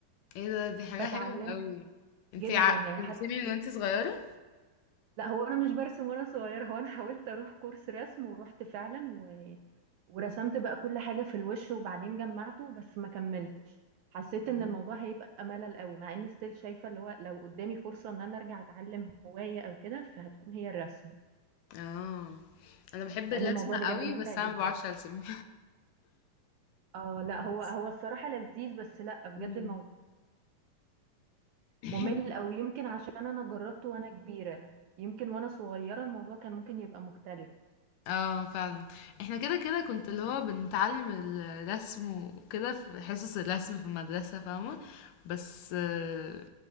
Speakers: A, on the left; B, on the right.
A: ايه ده دي حاجة
B: فتعلمت
A: حلوة قوي انتي
B: جدا
A: ع...
B: يعني
A: بترسمي
B: حتى
A: من
B: حاولت
A: وانتي صغيرة
B: لا هو انا مش برسم وانا صغيره هو انا حاولت اروح كورس رسم ورحت فعلا و... ورسمت بقى كل حاجه في الوش وبعدين جمعته بس ما كملتش حسيت
A: مم.
B: ان الموضوع هيبقى ملل قوي مع اني ستيل شايفه اللي هو لو قدامي فرصه ان انا ارجع اتعلم هوايه او كده فهتكون هي الرسم
A: اه انا بحب
B: لان
A: الرسمة
B: الموضوع بجد
A: قوي
B: ممتع
A: بس
B: جدا
A: انا ما بعرفش ارسم
B: اه
A: <laughs>
B: لا هو
A: بس.
B: هو الصراحة لذيذ بس لا بجد
A: مم.
B: الموضوع
A: <laughs>
B: ممل او يمكن عشان انا جربته وانا كبيرة يمكن وانا صغيرة الموضوع كان ممكن يبقى مختلف
A: اه فعلا احنا كده كده كنت اللي هو بنتعلم الرسم وكده في حصص الرسم في المدرسة فاهمة بس آه،